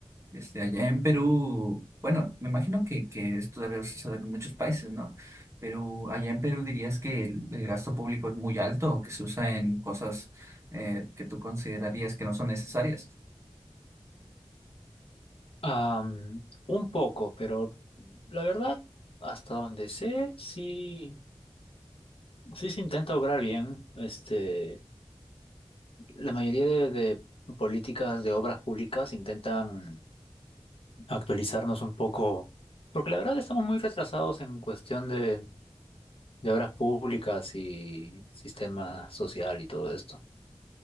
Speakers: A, on the right; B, on the left.
A: Este, allá en Perú, bueno, me imagino que, que esto debe suceder en muchos países, ¿no? Pero allá en Perú dirías que el, el gasto público es muy alto o que se usa en cosas eh, que tú considerarías que no son necesarias.
B: Am, un poco, pero la verdad, hasta donde sé, sí, sí se intenta obrar bien. Este, la mayoría de, de políticas de obras públicas intentan actualizarnos un poco, porque la verdad estamos muy retrasados en cuestión de, de obras públicas y sistema social y todo esto.